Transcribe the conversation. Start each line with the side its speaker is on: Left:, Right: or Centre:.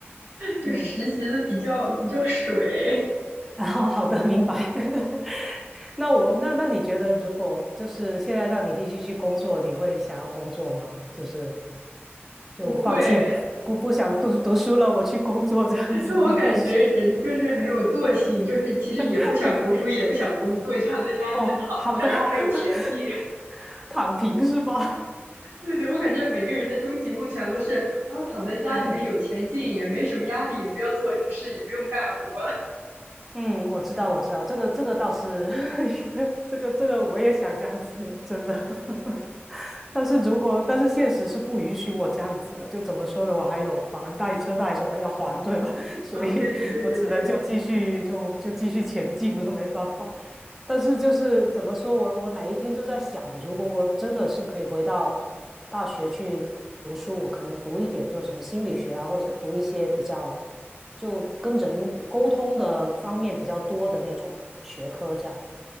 Right: 就实习的比较比较水，
Centre: 嗯，<laughs> 然后好的，明白。<laughs> 那我那那你觉得，如果就是现在让你立即去工作，你会想要工作吗？就是就放弃不不想读读书了，
Right: 不会。
Centre: 我去工作这样子，
Right: 就我感觉人就是很有惰性，
Centre: 你会？
Right: 就是其实也不想读书，
Centre: <laughs>
Right: 也不想工作，就想在家里面躺着，
Centre: 哦，好的，
Right: 然后还有钱进。
Centre: <laughs> 躺平是吧？
Right: <laughs> 对对，我感觉每个人的终极梦想都是啊，躺在家里面有钱进，
Centre: <laughs> 嗯。
Right: 也没什么压力，也不要做什么事，也不用干活。
Centre: 嗯，我知道，我知道，这个这个倒是 <laughs> 一个这个这个我也想这样子，<laughs> 真的。<laughs> 但是如果但是现实是不允许我这样子的，就怎么说呢？我还有房贷、车贷什么要还，<laughs> 对吧？
Right: <laughs>
Centre: <laughs> 所以我只能就继续就就继续前进了，
Right: 啊，对对对对对，
Centre: 没办法。但是就是怎么说，我我哪一天就在想，如果我真的是可以回到大学去。读书，我可能读一点就什么心理学啊，或者读一些比较就跟人沟通的方面比较多的那种学科，这样。